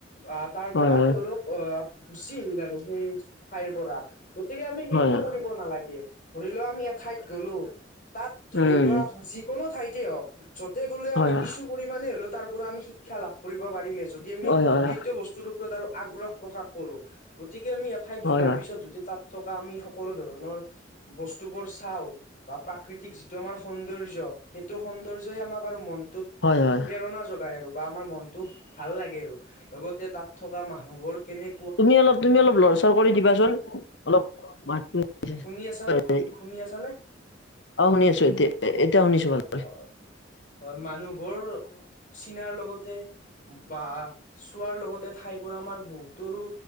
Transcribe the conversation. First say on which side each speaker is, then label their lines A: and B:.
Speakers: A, on the left (about 45°); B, on the left (about 65°).
A: আহ তাৰ
B: হয়
A: পৰা
B: হয়
A: তেওঁলোক আহ গুচি আহিল আৰু সেই ঠাইৰ পৰা। গতিকে আমি সেইটো
B: হয় হয়
A: কৰিব নালাগে ধৰি লোৱা আমি এঠাইত গলো তাত ধৰি
B: উম
A: লোৱা যিকোনো ঠাইতে হওক য'তে গ'লে
B: হয়
A: আমি
B: হয়
A: কিছু পৰিমানে হ'লেও তাৰ পৰা আমি শিক্ষা লাভ কৰিব পাৰিমে যদি আমি
B: হয় হয়
A: সেইটো বস্তুৰ ওপৰত আৰু আগ্ৰহ প্ৰকাশ কৰোঁ গতিকে আমি এঠাইত
B: হয়
A: যোৱাৰ
B: হয়
A: পিছত যদি তাত থকা আমি সকলো ধৰণৰ বস্তু বোৰ চাও বা প্ৰাকৃতিক যিটো আমাৰ সৌন্দৰ্য সেইটো সৌন্দৰ্যই আমাক আৰু মনটোক
B: হয় হয়।
A: প্ৰেৰণা যগায় আৰু বা আমাৰ মনটো ভাল লাগে আৰু, লগতে তাত থকা মানুহবোৰ কেনে
B: তুমি অলপ তুমি অলপ লৰ চৰ কৰি দিবাচোন অলপ মাতটো
A: শুনি আছা
B: হয়,
A: শুন শুনি আছা নে?
B: অ' শুনি আছো এতিয়া, এতিয়া শুনিছো ভালকৈ।
A: অ হয় মানুহবোৰ চিনাৰ লগতে বা চোৱাৰ লগতে ঠাইবোৰ আমাৰ বহুতৰো